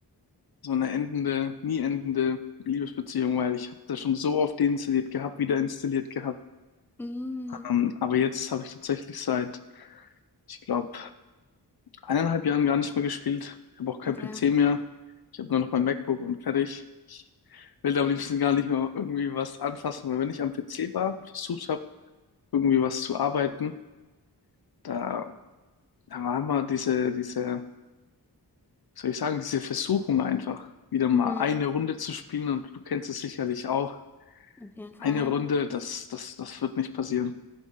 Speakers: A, on the left; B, in the centre.
A: so eine endende, nie endende Liebesbeziehung, weil ich habe das schon so oft deinstalliert gehabt, wieder installiert gehabt.
B: Mhm.
A: Ähm, aber jetzt habe ich tatsächlich seit, ich glaube, eineinhalb Jahren gar nicht mehr gespielt. Ich habe auch keinen
B: Okay.
A: PC mehr. Ich habe nur noch mein MacBook und fertig. Ich will da am liebsten gar nicht mehr irgendwie was anfassen, weil wenn ich am PC war und versucht habe, irgendwie was zu arbeiten, da, da war immer diese, diese, wie soll ich sagen, diese Versuchung einfach, wieder mal
B: Mhm.
A: eine Runde zu spielen und du kennst es sicherlich auch.
B: Auf jeden Fall.
A: Eine Runde, das, das, das wird nicht passieren.